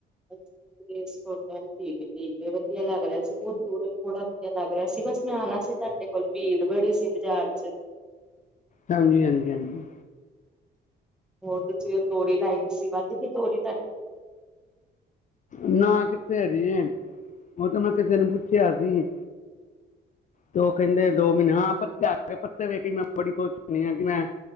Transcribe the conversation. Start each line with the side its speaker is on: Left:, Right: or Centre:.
Centre: ਠੀਕ‌ ਏ ਠੀਕ ਏ ਵਧੀਆ ਲਗ ਰਿਹਾ ਸੀ, ਬਹੁਤ ਦੂਰੋਂ ਥੋੜਾ ਵਧੀਆ ਲੱਗ ਰਿਹਾ ਸੀ, ਬਸ ਮੈਂ ਆਂਣਾ ਸੀ ਪਰ ਤੇ ਕੱਲ੍ਹ ਭੀੜ ਬੜੀ ਸੀ ਬਾਜ਼ਾਰ 'ਚ।
Left: ਹਾਂਜੀ, ਹਾਂਜੀ-ਹਾਂਜੀ।
Centre: ਹੋਰ ਤੁਸੀਂ ਉਹ ਤੋਰੀ ਲਾਈ ਦੀ ਸੀ, ਵੱਧ ਤੀ ਤੋਰੀ ਫੇਰ
Left: ਨਾ ਕਿੱਥੇ ਹਜੇ, ਉਹ ਤਾਂ ਮੈਂ ਕਿਸੇ ਨੂੰ ਪੁੱਛਿਆ ਸੀ ਤੇ ਉਹ ਕਹਿੰਦੇ ਦੋ ਮਹੀਨੇ, ਹਾਂ ਪੱਤੇ ਆ ਪੱਤੇ ਵੇਖ ਮੈਂ ਬੜੀ ਖੁਸ਼ ਹੁੰਨੀ ਆ ਕਿ ਮੈਂ